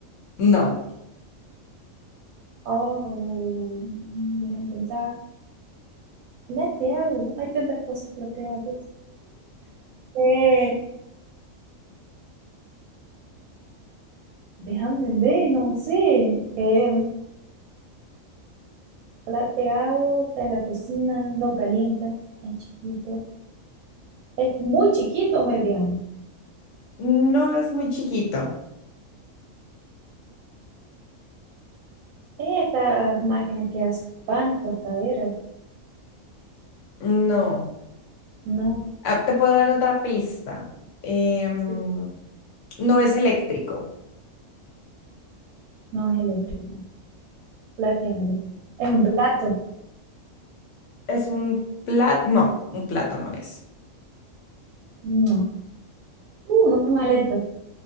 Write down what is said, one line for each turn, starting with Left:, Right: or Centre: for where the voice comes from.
Left: No,
Right: Oh, déjame pensar. Plateado. Hay tantas cosas plateadas. Eh, déjame ver, no sé. Eh, plateado, está en la cocina, no calienta, es chiquito. Es muy chiquito, mediano.
Left: No es muy chiquito.
Right: Eh, Estas máquinas que hacen pan, tostaderas,
Left: No.
Right: no,
Left: Ah, te puedo dar otra pista. Em,
Right: sí,
Left: no es eléctrico.
Right: no es eléctrico, plateado. ¿Es un plato?
Left: Es un plato. No, un plato no es.
Right: No. Uh, no no es un electro.